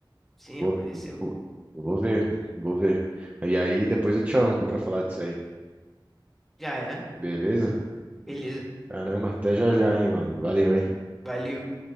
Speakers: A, in the centre; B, on the right.
A: Sim,
B: Vou,
A: aconteceu.
B: vou, vou ver, vou ver. E aí depois eu te chamo pra falar disso aí.
A: Já é.
B: Beleza?
A: Beleza.
B: Caramba, até já já, hein, mano. Valeu, hein.
A: Valeu.